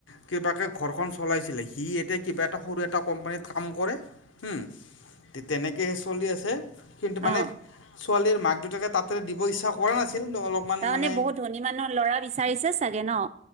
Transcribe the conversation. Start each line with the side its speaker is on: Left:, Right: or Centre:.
Left: কিবাকে ঘৰখন চলাইছিলে সি। কিবা এটা সৰু এটা কোম্পানীত কাম কৰে। উম তেনেকেহে চলি আছে কিন্তু মানে
Right: অ'
Left: ছোৱালীৰ মাক দেউতাকে। তাতে দিব ইচ্ছা কৰা নাছিল। অলপমান
Right: তাৰমানে
Left: মানে
Right: বহুত ধনী মানুহ ল'ৰা বিচাৰিছে চাগে ন।